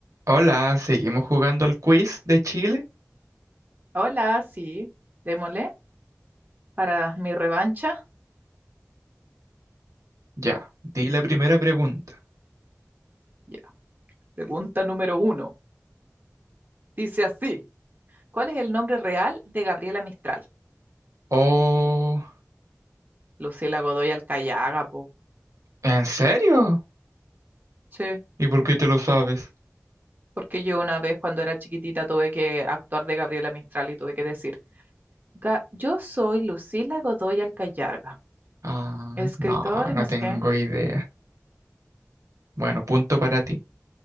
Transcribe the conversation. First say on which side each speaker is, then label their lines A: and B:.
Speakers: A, on the right (about 80°); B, on the right (about 40°).
A: Hola, ¿seguimos jugando el quiz de Chile?
B: Hola, sí, démosle para mi revancha.
A: Ya, di la primera pregunta.
B: Ya, pregunta número uno. Dice así: ¿Cuál es el nombre real de Gabriela Mistral?
A: Oh,
B: Lucila Godoy Alcayaga, po.
A: ¿en serio?
B: Sí,
A: ¿Y por qué te lo sabes?
B: porque yo una vez cuando era chiquitita tuve que actuar de Gabriela Mistral y tuve que decir: "Ga- Yo soy Lucila Godoy Alcayaga,
A: Ah,
B: Escritora
A: no,
B: y
A: no
B: no sé
A: tengo
B: qué.
A: idea. Bueno, punto para ti.